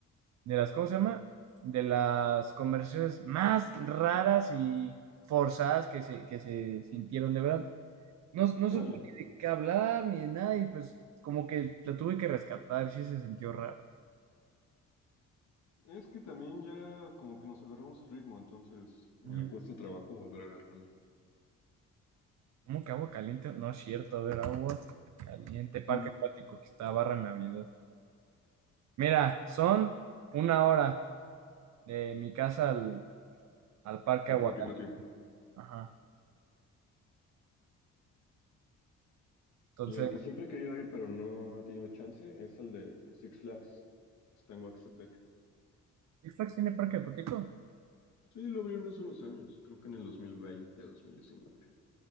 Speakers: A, on the right (about 65°); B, on the left (about 65°).
A: de las, ¿cómo se llama? De las conversaciones más raras y forzadas que se, que se sintieron, de verdad. No, no
B: <laughs> Dale.
A: supo ni de qué hablar ni de nada y pues como que la tuve que rescatar, sí se sintió raro.
B: Es que también ya como que nos agarramos el ritmo, entonces eh,
A: Ujú.
B: cuesta trabajo volver a agarrarlo.
A: ¿Cómo que agua caliente? No es cierto, a ver, agua caliente, parque
B: Mm,
A: acuático que está barra Navidad. Mira, son una hora de mi casa al, al parque
B: el
A: Aguacaliente.
B: parque acuático.
A: Ajá. Entonces,
B: Sí, el que siempre he querido ir, pero no he tenido chance, es el de Six Flags. Pues tengo Axtepec.
A: ¿Six Flags tiene parque acuático?
B: Sí, lo abrieron hace unos años, creo que en el dos dos mil veinte dos mil diecinueve